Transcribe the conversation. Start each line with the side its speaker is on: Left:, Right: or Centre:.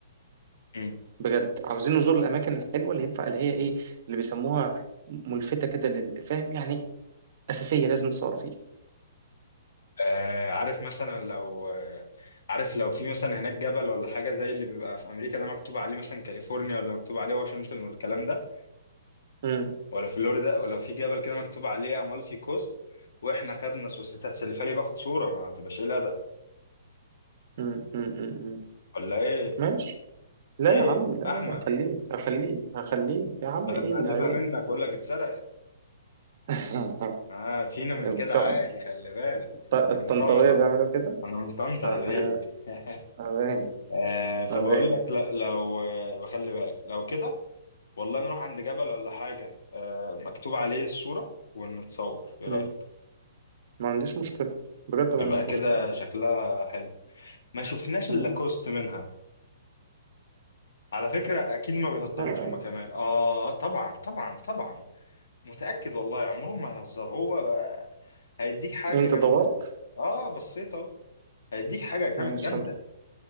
Left: مم.
Right: بجد عاوزين نزور الأماكن الحلوة اللي ينفع اللي هي إيه اللي بيسموها ملفتة كده للفهم يعني أساسية لازم تصور فيه
Left: آه... عارف مثلا لو آه، عارف لو في مثلا هناك جبل ولا حاجه زي اللي بيبقى في امريكا ده مكتوب عليه مثلا كاليفورنيا ولا مكتوب عليه واشنطن والكلام ده
Right: مم.
Left: ولا فلوريدا ولو في جبل كده مكتوب عليه امالفي كوست واحنا خدنا سوس انت هتسلفها لي باخد صوره ما تبقاش ايه الادب
Right: مم. مم. مم. مم.
Left: ولا ايه
Right: ماشي لا
Left: ايه
Right: يا عم لا لا
Left: احمد
Right: لا هخليك هخليك هخليك يا عم
Left: بدل
Right: إيه
Left: ما
Right: اللي
Left: اقلبها
Right: عيب
Left: منك اقول لك اتسرقت
Right: <laughs>
Left: اه فينا من
Right: بتاع-
Left: كده عادي خلي بالك
Right: بتاع
Left: انا
Right: الطنطاوية
Left: من طنطا
Right: بيعملوا كده
Left: انا من طنطا
Right: آه،
Left: يا بيه
Right: لا
Left: <laughs>
Right: ما باين
Left: آه فبقول
Right: ما باين
Left: لك لا لو آه بخلي بالك لو كده والله نروح عند جبل ولا حاجه آه مكتوب عليه الصوره ونتصور ايه
Right: مم.
Left: رايك
Right: ما عنديش مشكلة بجد ما
Left: تبقى
Right: عنديش
Left: كده
Right: مشكلة
Left: شكلها حلو ما شفناش
Right: مم.
Left: الا كوست منها على فكرة أكيد ما بيهزروش
Right: آه،
Left: هما كمان آه طبعا طبعا طبعا متأكد والله عمرهم ما يهزر هو هيديك حاجة
Right: إيه، أنت
Left: جامدة
Right: دورت
Left: آه بصيت أهو هيديك حاجة جام-
Right: ماشي
Left: جامدة
Right: يلا.